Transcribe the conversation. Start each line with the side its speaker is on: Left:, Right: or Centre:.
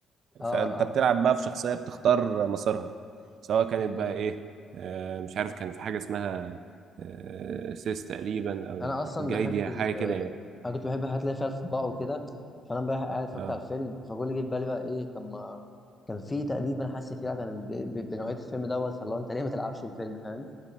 Left: اه
Right: فانت بتلعب بقى في شخصيه بتختار مسارها سواء كانت
Left: اه
Right: بقى ايه آه، مش عارف كان في حاجه اسمها آه، سيس تقريبا او
Left: انا اصلا
Right: جايديا
Left: بحب ال
Right: حاجه كده يعني
Left: انا كنت بحب الحاجات اللي هي فيها الفضاء وكده فانا بقى قاعد اتفرجت
Right: اه
Left: على الفيلم فكل اللي جه في بالي بقى ايه طب ما كان في تقريبا حاسس فيها كان ب- ب- بنوعيه الفيلم دوت فاللي هو انت ليه ما تلعبش الفيلم فاهم